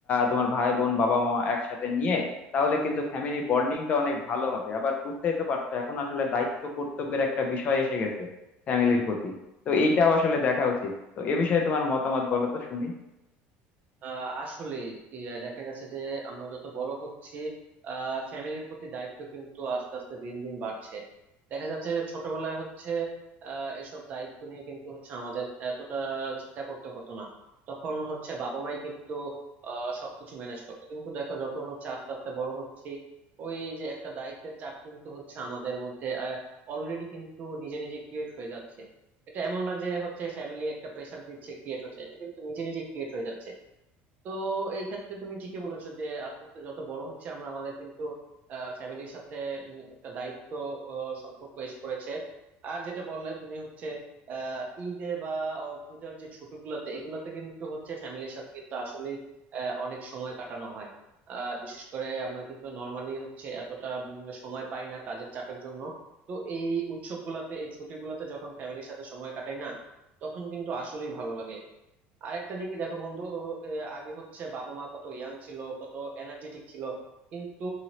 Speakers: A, on the left; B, on the right.
A: তোমার ভাই বোন বাবা মা একসাথে নিয়ে তাহলে কিন্তু ফ্যামিলি বন্ডিংটা অনেক ভালো হবে আবার বুঝতেই তো পারছো এখন আসলে দায়িত্ব কর্তব্যের একটা বিষয় এসে গেছে ফ্যামিলির প্রতি তো এইটাও আসলে দেখা উচিত তো এ বিষয়ে তোমার মতামত বলো তো শুনি
B: আহ আসলে কি, আহ, দেখা গেছে যে আমরা যত বড় হচ্ছি আহ ফ্যামিলির প্রতি দায়িত্ব কিন্তু আস্তে আস্তে দিন দিন বাড়ছে দেখা যাচ্ছে যে ছোটবেলায় হচ্ছে আহ এসব দায়িত্ব নিয়ে কিন্তু হচ্ছে আমাদের এতটা চিন্তা করতে হতো না তখন হচ্ছে বাবা মাই কিন্তু আহ সবকিছু ম্যানেজ করতো কিন্তু দেখো যত হচ্ছে আস্তে আস্তে বড় হচ্ছি ওই যে একটা দায়িত্বের চাপ কিন্তু হচ্ছে আমাদের মধ্যে অলরেডি কিন্তু নিজে নিজে ক্রিয়েট হয়ে যাচ্ছে এটা এমন না যে হচ্ছে ফ্যামিলি একটা প্রেশার দিচ্ছে ক্রিয়েট হচ্ছে এটা কিন্তু নিজে নিজে ক্রিয়েট হয়ে যাচ্ছে তো এই ক্ষেত্রে তুমি ঠিকই বলেছো যে আস্তে আস্তে যত বড় হচ্ছে আমরা আমাদের কিন্তু ফ্যামিলির সাথে উম, একটা দায়িত্ব আহ, সম্পর্ক এসে পড়েছে আর যেটা বললে তুমি হচ্ছে আহ ঈদে বা আহ, পূজার যে ছুটিগুলোতে এগুলোতে কিন্তু হচ্ছে ফ্যামিলির সাথে কিন্তু আসলে অনেক সময় কাটানো হয় আহ বিশেষ করে আমরা কিন্তু নর্মালি হচ্ছে এতটা উম, সময় পাই না কাজের চাপের জন্য তো এই উৎসবগুলাতে এই ছুটিগুলোতে যখন ফ্যামিলির সাথে সময় কাটাই না তখন কিন্তু আসলেই ভালো লাগে আরেকটা দিক দেখো বন্ধু আহ, আগে হচ্ছে বাবা মা কত ইয়াং ছিল কত এনার্জেটিক ছিল কিন্তু